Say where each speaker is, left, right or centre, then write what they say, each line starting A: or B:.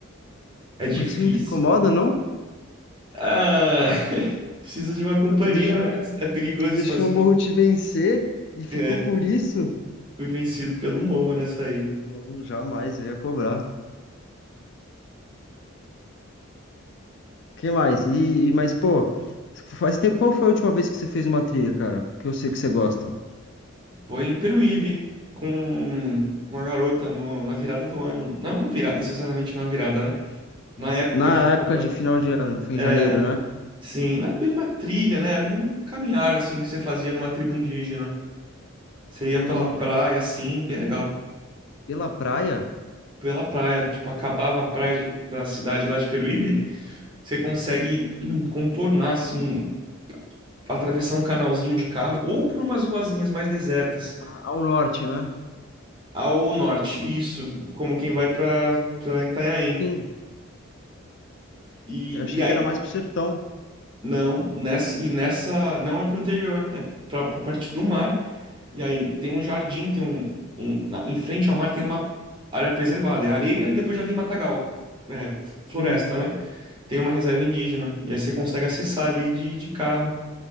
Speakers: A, on the right; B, on the left.
A: É
B: Porra,
A: difícil.
B: isso não te incomoda, não?
A: Ah, <laughs> precisa de uma companhia,
B: Deixa.
A: né? É perigoso
B: Deixou
A: ir sozinho.
B: o Morro te vencer e ficou
A: É,
B: por isso?
A: fui vencido pelo morro nessa aí.
B: Não, jamais, eu ia cobrar. Que mais? E, e- mas, pô, faz tempo, qual foi a última vez que você fez uma trilha, cara? Que eu sei que você gosta.
A: Foi em Peruíbe, com uma garota no- na virada do ano. Não na virada, necessariamente na virada, né? Na época
B: Na
A: de virada.
B: época de final de ano, foi
A: É,
B: em janeiro, né?
A: sim, não era bem uma trilha, né? Era um caminhar, assim, que você fazia numa tribo indígena. Você ia
B: Hum,
A: pela praia, assim, bem legal.
B: pela praia?
A: Pela praia, tipo, acabava a praia de- da cidade lá de Peruíbe, você consegue hum, contornar, assim, atravessar um canalzinho de carro ou por umas ruazinhas mais desertas
B: Ah, Ao norte, né?
A: ao norte, isso, como quem vai para para Itanhaém.
B: Sim,
A: E,
B: eu achei
A: e aí
B: que era mais pro sertão.
A: não, nessa e nessa não é pro interior, é pra, pra parte do mar. E aí tem um jardim, tem um, um na- em frente ao mar tem uma área preservada, é areia e depois já vem matagal. É, floresta,
B: Sim.
A: né? Tem uma reserva indígena. E aí você consegue acessar ali de, de carro,